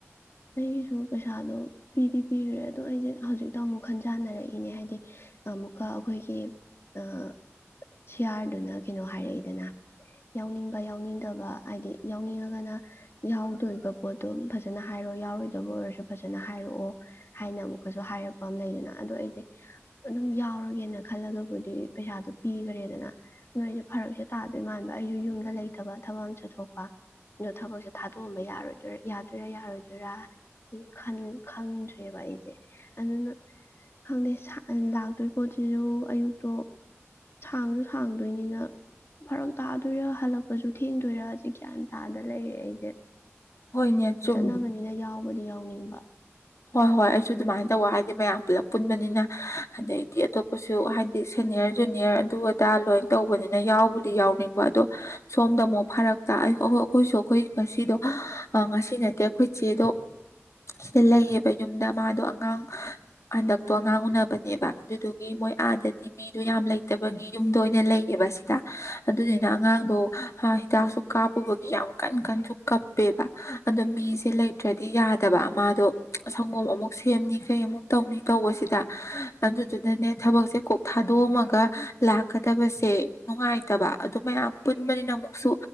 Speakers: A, on the left; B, on the left.
A: ꯑꯩꯒꯤꯁꯨ ꯄꯩꯁꯥꯗꯣ ꯄꯤꯗꯤ ꯄꯤꯈ꯭ꯔꯦ ꯑꯗꯣ ꯑꯩꯁꯦ ꯍꯧꯖꯤꯛꯇ ꯑꯃꯨꯛ ꯈꯟꯖꯥꯟꯅꯔꯛꯏꯅꯦ ꯍꯥꯏꯗꯤ ꯑꯃꯨꯛꯀ ꯑꯩꯈꯣꯏꯒꯤ ꯑ ꯁꯤ ꯑꯥꫪꯗꯨꯅ ꯀꯩꯅꯣ ꯍꯥꯏꯔꯛꯏꯗꯅ ꯌꯥꯎꯅꯤꯡꯕ ꯌꯥꯎꯅꯤꯡꯗꯕ ꯍꯥꯏꯗꯤ ꯌꯥꯎꯅꯤꯡꯉꯒꯅ ꯌꯥꯎꯗꯣꯕ ꯄꯣꯠꯇꯣ ꯐꯖꯅ ꯍꯥꯏꯔꯣ ꯌꯥꯎꯔꯣꯏꯗꯕ ꯑꯣꯏꯔꯁꯨ ꯐꯖꯅ ꯍꯥꯏꯔꯛꯑꯣ ꯍꯥꯏꯅ ꯑꯃꯨꯛ ꯄꯁꯨ ꯍꯥꯏꯔꯛꯄ ꯑꯃ ꯂꯩꯗꯅ ꯑꯗꯣ ꯑꯩꯗꯤ ꯑꯗꯨꯝ ꯌꯥꯎꯔꯒꯦꯅ ꯈꯜꯂꯒꯕꯨꯗꯤ ꯄꯩꯁꯥꯗꯣ ꯄꯤꯈꯔꯦꯗꯅ ꯑꯗꯨꯅ ꯑꯩꯁꯨ ꯐꯔꯛꯁꯦ ꯇꯥꯗꯣꯏ ꯃꯥꯟꯕ ꯑꯩꯁꯨ ꯌꯨꯝꯗ ꯂꯩꯇꯕ ꯊꯕꯛ ꯑꯃ ꯆꯠꯊꯣꯛꯄ ꯑꯗꯣ ꯊꯕꯛꯁꯦ ꯊꯥꯗꯣꯛꯑꯝꯕ ꯌꯥꯔꯣꯏꯗꯣꯏꯔ ꯌꯥꯗꯣꯏꯔꯥꯌꯥꯔꯣꯏ ꯑꯗꯨꯔ ꯈꯟ ꯈꯪꯗ꯭ꯔꯦꯕ ꯑꯩꯁꯦ ꯑꯗꯨꯅ ꯈꯪꯗꯦ ꯂꯥꯛꯇꯣꯏ ꯄꯣꯠꯁꯤꯁꯨ ꯑꯌꯨꯛꯇꯣ ꯁꯥꯡꯁꯨ ꯁꯥꯡꯗꯣꯏꯅꯤꯅ ꯐꯔꯛ ꯇꯥꯗꯣꯏꯔꯥ ꯍꯜꯂꯛꯄꯁꯨ ꯊꯦꯡꯗꯣꯏꯔꯖꯤ ꯒ꯭ꯌꯥꯟ ꯇꯥꯗ ꯂꯩꯔꯦ ꯑꯩꯁꯦ
B: ꯍꯣꯏꯅꯦ ꯆꯨꯝ
A: ꯅꯕꯅꯤꯅ ꯌꯥꯎꯕꯗꯤ ꯌꯥꯎ ꯎꯅꯤꯡꯕ
B: ꯍꯣꯏ ꯍꯣꯏ ꯑꯩꯁꯨ ꯑꯗꯨꯃꯥꯏꯅ ꯇꯧꯕ ꯍꯥꯏꯗꯤ ꯃꯌꯥꯝ ꯄꯨꯂꯞ ꯄꯨꯟꯕꯅꯤꯅ ꯑꯗꯩꯗꯤ ꯑꯇꯣꯞꯄꯁꯨ ꯍꯥꯏꯗꯤ ꯁꯦꯅꯤꯌꯥꯔ ꯖꯨꯅꯤꯌꯥꯔ ꯑꯗꯨ ꯑꯗꯥ ꯂꯣꯏ ꯇꯧꯕꯅꯤꯅ ꯌꯥꯎꯕꯨꯗꯤ ꯌꯥꯎꯅꯤꯡꯕ ꯑꯗꯣ ꯁꯣꯝꯗ ꯑꯃꯨꯛ ꯐꯔꯛꯇ ꯑꯩꯈꯣꯏꯁꯨ ꯑꯩꯈꯣꯏ ꯉꯁꯤꯗꯣ ꯉꯁꯤ ꯅꯠꯇꯦ ꯑꯩꯈꯣꯏ ꯆꯦꯗꯣ ꯁꯤꯗ ꯂꯩꯌꯦꯕ ꯕ ꯌꯨꯝꯗ ꯃꯥꯗꯣ ꯑꯉꯥꯡ ꯍꯟꯗꯛꯇꯣ ꯑꯉꯥꯡ ꯎꯅꯕꯅꯦꯕ ꯑꯗꯨꯗꯨꯒꯤ ꯃꯣꯏ ꯑꯥꯗꯗꯤ ꯃꯤꯗꯣ ꯌꯥꯝ ꯂꯩꯇꯕꯒꯤ ꯌꯨꯝꯗ ꯑꯣꯏꯅ ꯂꯩꯌꯦꯕ ꯁꯤꯗ ꯑꯗꯨꯗꯨꯅ ꯑꯉꯥꯡꯗꯣ ꯍꯤꯗꯥꯛꯁꯨ ꯀꯥꯞꯄꯨꯕꯒꯤ ꯌꯥꯝ ꯀꯟ ꯀꯟꯁꯨ ꯀꯞꯄꯦꯕ ꯑꯗꯣ ꯃꯤꯁꯦ ꯂꯩꯇ꯭ꯔꯗꯤ ꯌꯥꯗꯕ ꯃꯥꯗꯣ ꯁꯪꯒꯣꯝ ꯑꯃꯨꯛ ꯁꯦꯝꯅꯤ ꯀꯩ ꯑꯃꯨꯛ ꯇꯧꯅꯤ ꯇꯧꯕꯁꯤꯗ ꯑꯗꯨꯗꯨꯅꯅꯦ ꯊꯕꯛꯁꯦ ꯀꯣꯛ ꯊꯥꯗꯣꯛꯑꯝꯃꯒ ꯂꯥꯛꯀꯗꯕꯁꯦ ꯅꯨꯡꯉꯥꯏꯇꯕ ꯑꯗꯨ ꯃꯌꯥꯝ ꯄꯨꯟꯕꯅꯤꯅ ꯑꯃꯨꯛꯁꯨ